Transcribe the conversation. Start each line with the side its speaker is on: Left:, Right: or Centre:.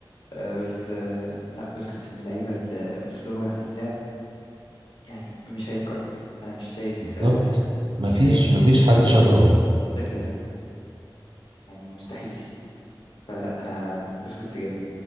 Left: آه بس آه لا بوسكيتس من اللعيبه اللي اسلوبها في اللعب يعني مش هيتكرر انا مش شايف
Right: بالظبط
Left: آه مش
Right: مفيش
Left: شايف
Right: مفيش
Left: ديفندر
Right: حد شبهه
Left: بالشكل ده يعني مستحيل فلا انا بوسكيتس جامد